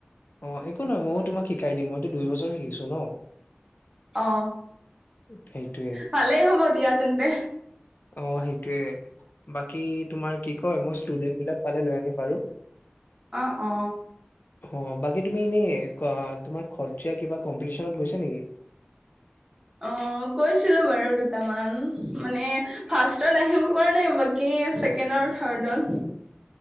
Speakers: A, on the left; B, on the right.
A: অ একো নহয় ময়ো তোমাক শিকাই দিম মইতো দুই বছৰ শিকিছো ন।
B: অ
A: সেইটোয়ে
B: ভালেই হ'ব দিয়া তেন্তে।
A: অ সেইটোয়ে বাকী তোমাৰ কি কয় মৌচ্। ষ্টুডেন্ট বিলাক পালে লৈ আনিম বাৰু
B: অ অ
A: অ বাকী তুমি এনে-কুৱা তোমাৰ খৰচ্চা কিবা কম্পিটিচনত গৈছা নিকি?
B: অ গৈছিলো বাৰু দুটামান মানে। ফাৰ্ষ্টত আহিব পৰা নাই বাকী ছেকেণ্ড আৰু থাৰ্ডত।